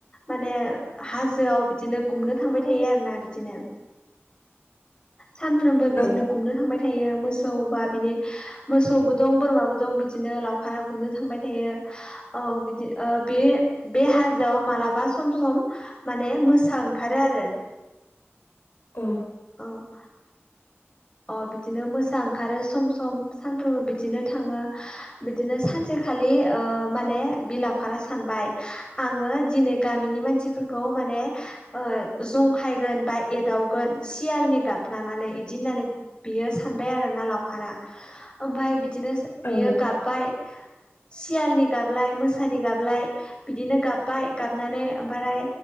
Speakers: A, on the left; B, on the left.
A: माने हाजोआव बिदिनो गुमनो थांबाय थायो आरो ना बिदिनो।
B: <inaudible>
A: सानफ्रोमबो
B: ओं
A: बिदिनो गुमनो थांबाय थायो। मोसौ बा बिनि मोसौबो दं बोरमाबो दं बिदिनो लावखारा गुमनो थांबाय थायो। औ बिदि ओ बे-बे हाजोआव मालाबा सम-सम माने मोसा ओंखारो आरो।
B: अ।
A: औ। अ बिदिनो मोसा ओंखारो सम-सम सानफ्रोमबो बिदिनो थाङो। बिदिनो सानसेखालि ओ माने बि लावखारा सानबाय आङो दिनै गामिनि मानसि फोरखौ माने ओ जंखायगोन बा एदावगोन सियालनि गाबफ्लानानै इदि होननानै बियो सानबाय आरोना लावखारा ओमफाय बिदिनो स
B: अ ओं
A: बियो
B: नंगौ।
A: गाबबाय सियालनि गाबलाय मोसानि गाबलाय बिदिनो गाबबाय गाबनानै ओमफ्राय